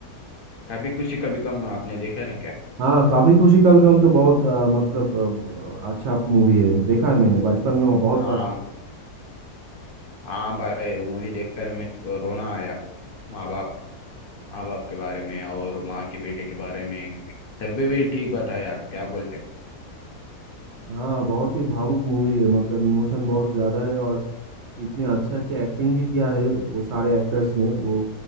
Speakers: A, on the left; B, on the right.
A: कभी खुशी कभी गम आपने देखा ना क्या
B: हाँ कभी खुशी कभी गम तो बहुत अ, मतलब अ, अच्छा मूवी है देखा है मैंने बचपन में वो बहुत
A: हाँ
B: बार देखा
A: हाँ भाई वो मूवी देखकर मेरे को रोना आया माँ बाप माँ बाप के बारे में और माँ के बेटे के बारे में सभी भी ठीक बताया आप क्या बोलते
B: हाँ बहुत ही भावुक मूवी है मतलब इमोशन बहुत ज्यादा है और इतने अच्छे अच्छे एक्टिंग भी किया है वो सारे एक्टर्स ने वो